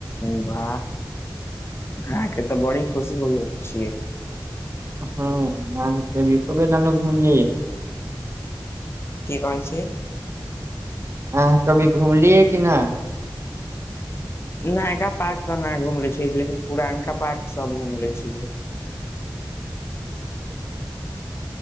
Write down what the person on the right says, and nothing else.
हँ अ त एको बेर न अन घुमलियै
अहां कभी घूमलियए कि न